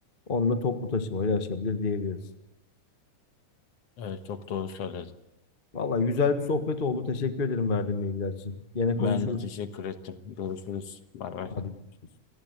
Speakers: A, on the left; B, on the left.
A: Onunla toplu taşımayla aşabilir diyebiliriz.
B: Evet çok doğru söyledin.
A: Vallahi güzel bir sohbet oldu. Teşekkür ederim verdiğin bilgiler için. Yine
B: Ben
A: konuşuruz.
B: de teşekkür ettim. Görüşürüz. Bay bay.
A: Hadi görüşürüz.